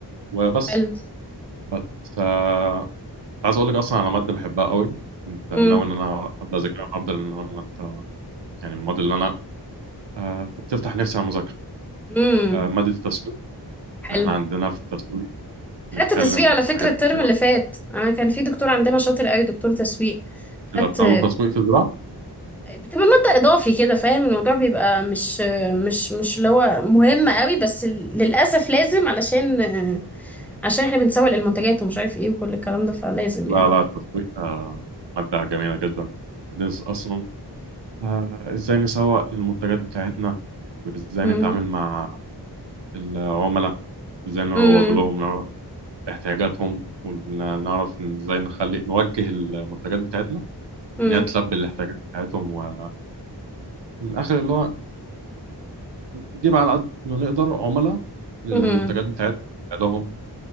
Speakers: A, on the right; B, in the centre.
A: وبس
B: حلو
A: بس آه، كنت عايز اقول لك اصلا على مادة بحبها قوي كنت
B: امم
A: ناوي ان انا ابدا اذاكرها النهارده لان انا مادة يعني من المواد اللي انا آه، بتفتح نفسي على المذاكرة
B: امم
A: آه، مادة التسويق
B: حلو
A: احنا عندنا في التسويق بنتكلم
B: خدت تسويق على فكرة
A: في حاجات
B: الترم
A: كتير
B: اللي فات انا كان في دكتور عندنا شاطر قوي دكتور تسويق خدت
A: إذا بتاخدوا تسويق في الزراعة؟
B: بتبقى مادة إضافي كده فاهم الموضوع بيبقى مش مش مش اللي هو مهم قوي بس ال- للأسف لازم علشان عشان احنا بنسوق المنتجات ومش عارف ايه وكل الكلام ده فلازم
A: لا
B: يعني
A: لا التسويق آه، مادة جميلة جدا بندرس أصلا آه، إزاي نسوق للمنتجات بتاعتنا وإزاي
B: امم
A: نتعامل مع العملاء إزاي نروج
B: امم
A: لهم نعرف احتياجاتهم ونعرف إزاي نخلي نوجه المنتجات بتاعتنا
B: امم
A: إن هي تلبي الاحتياجات بتاعتهم ومن الآخر اللي هو نجيب على قد ما نقدر عملاء للمنتجات
B: امم.
A: بتاعتنا لهم